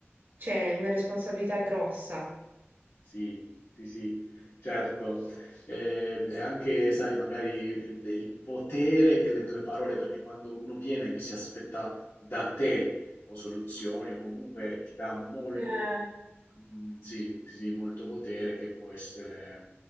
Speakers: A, on the right; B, on the left.
A: c'è una responsabilità grossa,
B: Sì, sì, sì, certo. Eh, E anche, sai, magari il il potere che le tue parole, perché quando uno viene che si aspetta da te o soluzioni o comunque ti dà molto,
A: Eh,
B: mm, sì, sì, sì, molto potere che può essere,